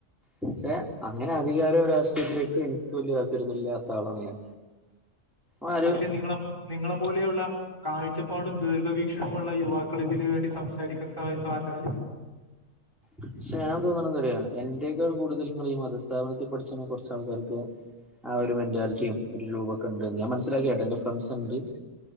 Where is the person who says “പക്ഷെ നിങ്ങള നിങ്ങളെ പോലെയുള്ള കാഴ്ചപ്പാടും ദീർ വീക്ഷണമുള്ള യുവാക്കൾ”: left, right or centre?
Left